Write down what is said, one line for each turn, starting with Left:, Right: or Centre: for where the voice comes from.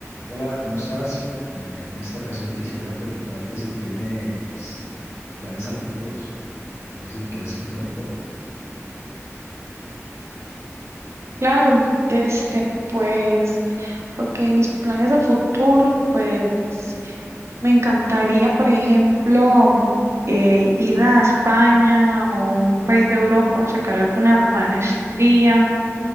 Left: Hola, ¿cómo estás? Eh, en esta ocasión quisiera preguntarte si tienes planes a futuros. Eh, no sé si me quieres contar un poco.
Right: Claro, este, pues, ok, mis planes a futuro, pues, me encantaría, por ejemplo, mm, eh, ir a España o un país de Europa a sacar alguna maestría.